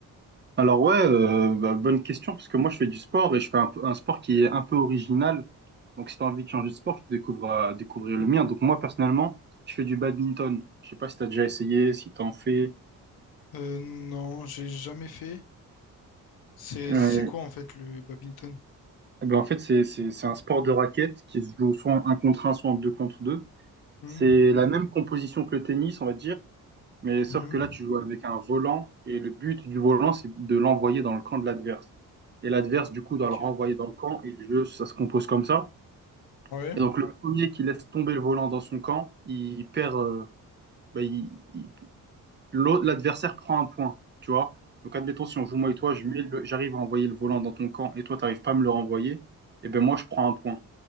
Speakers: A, on the right (about 30°); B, on the left (about 70°).
A: Alors ouais, euh, bah, bonne question parce que moi je fais du sport et je fais un, peu- un sport qui est un peu original. Donc si t'as envie de changer de sport, tu découvres à découvrir le mien. Donc moi personnellement, je fais du badminton. Je sais pas si t'as déjà essayé, si t'en fais.
B: Euh, non, j'ai jamais fait. C'est,
A: Euh,
B: c'est quoi, en fait, le badminton?
A: eh ben, en fait, c'est c'est- c'est un sport de raquette qui se joue soit en 1 contre un soit en 2 contre 2.
B: Mhm.
A: C'est la même composition que le tennis, on va dire, mais
B: Mhm.
A: sauf que là tu joues avec un volant et le but du volant c'est de l'envoyer dans le camp de l'adverse. Et l'adverse du coup doit
B: Ok.
A: le renvoyer dans le camp et le jeu ça se compose comme ça.
B: Ouais.
A: Et donc le premier qui laisse tomber le volant dans son camp, il perd. euh, bah, il- il- l'autre- l'adversaire prend un point, tu vois. Donc admettons si on
B: Ok.
A: joue moi et toi, je mets le- j'arrive à envoyer le volant dans ton camp et toi t'arrives pas à me le renvoyer, et ben moi je prends un point.